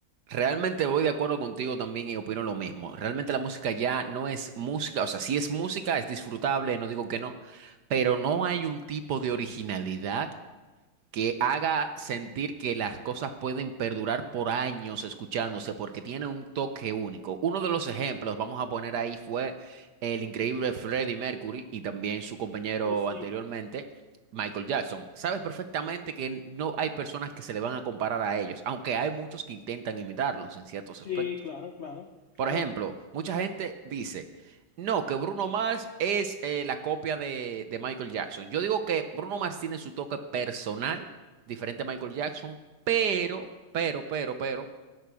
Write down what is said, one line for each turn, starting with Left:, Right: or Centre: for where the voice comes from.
Right: Realmente
Left: Creo que-
Right: voy de acuerdo contigo también y opino lo mismo. Realmente la música ya no es música, o sea, si es música, es disfrutable, no digo que no, pero no hay un tipo de originalidad que haga sentir que las cosas pueden perdurar por años escuchándose porque tiene un toque único. Uno de los ejemplos, vamos a poner ahí, fue el increíble Freddie Mercury y también su compañero
Left: Uh,
Right: anteriormente,
Left: Sí,
Right: Michael Jackson. Sabes perfectamente que no hay personas que se le van a comparar a ellos, aunque hay muchos que intentan imitarlos en ciertos
Left: sí,
Right: aspectos.
Left: claro, claro, claro.
Right: Por ejemplo, mucha gente dice, no, que Bruno Mars es eh, la copia de, de Michael Jackson. Yo digo que Bruno Mars tiene su toque personal, diferente a Michael Jackson, pero, pero, pero, pero,